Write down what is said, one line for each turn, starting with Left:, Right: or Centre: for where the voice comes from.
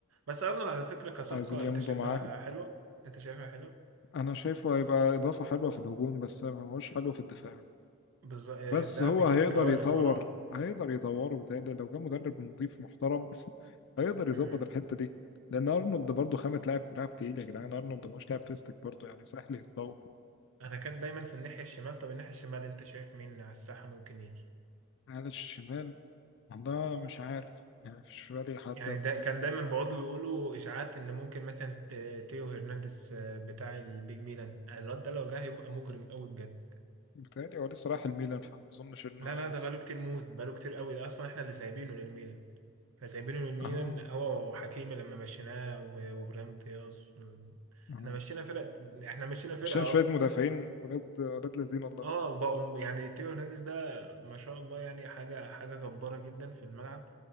Right: بس ارنولد على فكره كصفقه
Left: عايزين يمضوا
Right: انت شايفها
Left: معاه
Right: حلوه انت شايفها حلوه
Left: أنا شايفه هيبقى إضافة حلوة في الهجوم بس مش حلو في الدفاع
Right: بالظبط
Left: بس
Right: ده
Left: هو
Right: بيسيب
Left: هيقدر
Right: كوارث
Left: يطور
Right: وراه
Left: هيقدر يطوره بتهيألي لو جه مدرب نظيف محترم هيقدر يظبط
Right: مم.
Left: الحتة دي لأن أرنولد برضه خامة لاعب لاعب تقيل يا جدعان أرنولد مش لاعب فيستك برضه يعني سهل يتطور
Right: انا كان دايما في الناحيه الشمال طب الناحيه الشمال انت شايف مين على الساحه ممكن يجي
Left: على الشمال والله مش عارف يعني مفيش في بالي حد
Right: يعني
Left: قد
Right: ده
Left: كده
Right: كان دايما بيقعدوا يقولوا اشاعات ان ممكن مثلا ت- تيو هرنانديز آه، بتاع البيج ميلان يعني الواد ده لو جه هيبقى مجرم قوي بجد
Left: بتهيألي هو لسه رايح الميلان فما أظنش إنه
Right: لا لا ده بقاله كتير موت بقاله كتير قوي ده اصلا احنا اللي سايبينه للميلان احنا سايبينه للميلان
Left: آه
Right: هو وحكيمي لما مشيناه و- وابراهيم دياز
Left: آه
Right: احنا مشينا فرقة احنا مشينا فرقة
Left: عشان شوية
Right: اصلا
Left: مدافعين ولاد ولاد لذين والله
Right: اه بقوا يعني تيو هرنانديز ده ما شاء الله يعني حاجة حاجة جبارة جدا في الملعب